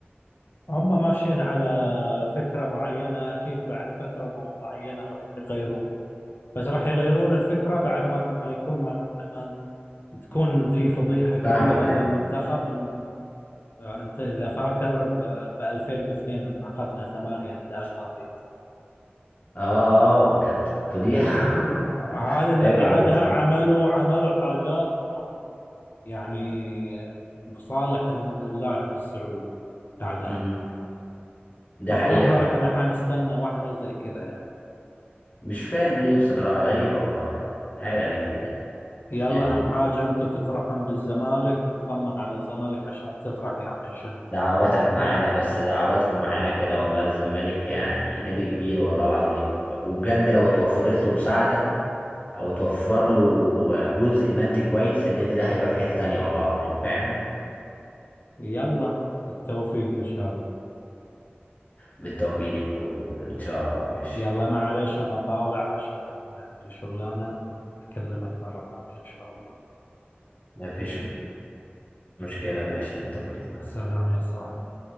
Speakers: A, on the left; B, on the left.
A: هم ماشيين على فكرة معينة أكيد بعد فترة م- معينة راح يغيرون بس راح يغيرون الفكرة بعد ما ما يكون ما, ما تكون في فضيحة كبيرة
B: فاهمك ايوه
A: في المنتخب إن- أنت إذا فاكر ب 2002 لما أخذنا ثمانية من ألمانيا
B: اه اه كانت فضيحة <laughs>
A: ه- هذا اللي
B: فاكر
A: بعدها
B: الماتش ده
A: عملوا عملوا حاجات إنهم يعني بصالح اللاعب السعودي بعدها
B: امم ده
A: فالظهر
B: حقيقة فعلا
A: احنا حنستنى واحدة زي كذا يعني
B: مش فاهم ليه بصراحة غريبة والله حاجة غريبة يعني
A: يلا
B: يعني
A: اهم حاجة انتم تفرحون بالزمالك نطمن على الزمالك عشان تفرح يا عم هشام
B: دعواتك معانا بس دعواتكم معانا كده والله الزمالك يعني نادي كبير والله العظيم وبجد لو اتوفرت له مساعدة او توفر له جزء مادي كويس النادي ده هيبقى في حتة تانية والله العظيم فاهم
A: يلا بالتوفيق ان شاء الله
B: بالتوفيق ليك ان شاء الله ماشي
A: يلا معلش انا طالع عشان الحين عندي شغلانة اكلمك مرة ثانية ان شاء الله
B: مفيش مشكلة ماشي بالتوفيق
A: يلا.
B: ليك مع
A: سلام
B: السلامة
A: يا صاحبي